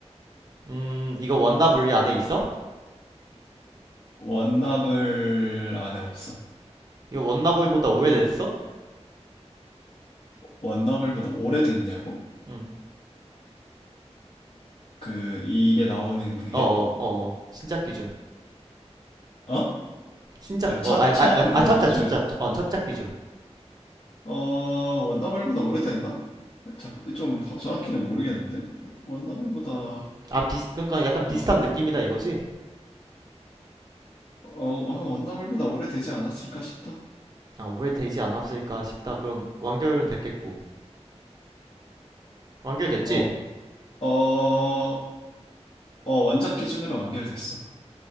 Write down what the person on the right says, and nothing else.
음, 이거 원나블 안에 있어?
이거 원나블보다 오래됐어?
응.
어, 어, 어, 어. 신작 기준.
신작,
어, 아,
아, 아,
아, 첫작,
첫작, 어,
첫작 기준.
아, 비슷, 그러니까 약간 비슷한
느낌이다 이거지?
아, 오래되지 않았을까 싶다. 그럼 완결은 됐겠고. 완결됐지?